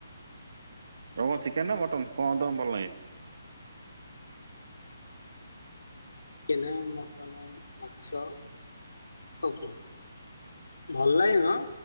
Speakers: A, on the right; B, on the left.
A: ତମ ଚିକେନ ନା ମଟନ କଣ ତମକୁ ଭଲ ଲାଗେ?
B: ଚିକେନ୍ ମଟନ ମାଛ ସବୁ। ଭଲ ଲାଗେନ-